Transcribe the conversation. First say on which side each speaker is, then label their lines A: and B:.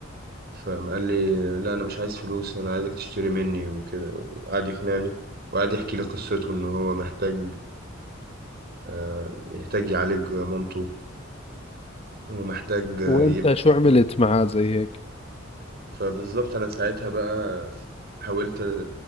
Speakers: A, on the right; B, on the left.
A: فقام قال لي لا أنا مش عايز فلوس أنا عايزك تشتري مني وكده وقعد يقنعني وقعد يحكي لي قصته إن هو محتاج آه، يحتاج يعالج مامته ومحتاج آه،
B: وانت
A: يب
B: شو عملت معاه زي هيك
A: فبالظبط أنا ساعتها بقى حاولت